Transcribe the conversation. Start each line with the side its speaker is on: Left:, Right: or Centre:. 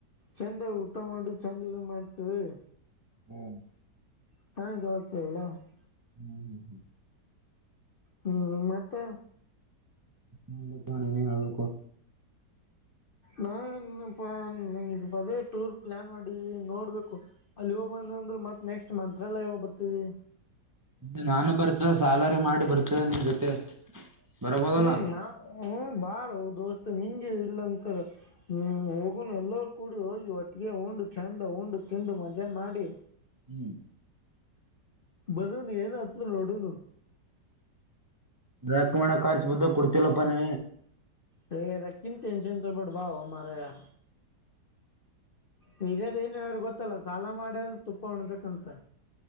Left: ಚಂದ ಊಟ ಮಾಡಿ ಚಂದ ಇದ ಮಾಡ್ತೇವಿ.
Right: ಹ್ಮ್
Left: <unintelligible>
Right: ಹ್ಮ್ ಹ್ಮ್ ಹ್ಮ್
Left: ಹ್ಮ್ ಮತ್ತ.
Right: ನೋಡಪ್ಪ ನೀನೇ ಹೇಳ್ಬೇಕು.
Left: ನಾನಪ್ಪ ಈಗ ಬಗೆ ಟೂರ್ ಪ್ಲಾನ್ ಮಾಡಿವಿ ನೋಡ್ಬೇಕು. ಅಲ್ಲಿ ಹೋಗ್ ಬಂದ ಅಂದ್ರ ಮತ್ ನೆಕ್ಸ್ಟ್ ಮಂತ್ರಾಲಯ ಹೋಗ್ ಬರ್ತೀವಿ.
Right: ಇದು ನಾನು ಬರ್ತವಿ ಸಾಲರಾ ಮಾಡಿ ಬರ್ತೀವಿ ನಿನ್ ಜೊತೆ. ಬರಬೋದಲ್ಲ
Left: ಹ್ಮ್ ನಾ ಹ್ಮ್ ಬಾರೋ ದೋಸ್ತ್ ನಿಂಗೆ ಇಲ್ಲಂತಾರ. ಹ್ಞ ಹೋಗಣ ಎಲ್ಲರು ಕೂಡಿ ಹೋಗಿ ಒಟ್ಟಿಗೆ ಉಂಡು ಚೆಂದ ಉಂಡು ತಿಂದು ಮಜಾ ಮಾಡಿ
Right: ಹ್ಮ್
Left: ಬಂದ್ರು ಏನ್ ಆತ್ಲಿಲ್ಲ ಹೊರಡುನು.
Right: ಹ್ಮ <unintelligible> ಕೊಡ್ತಿಲ್ಲಪ್ಪನೇ.
Left: ರೇ ರೆಕ್ಕಿನ್ ಟೆನ್ಷನ್ ತೋ ಬ್ಯಾಡ ಬಾಮಾರಯಾ. ಹಿರಿಯರ ಏನ್ ಹೇಳ್ಯಾರ ಗೊತ್ತಲ್ಲ ಸಾಲ ಮಾಡ್ಯ್ರೆ ತುಪ್ಪ ಹುಣ್ಬೇಕಂತ.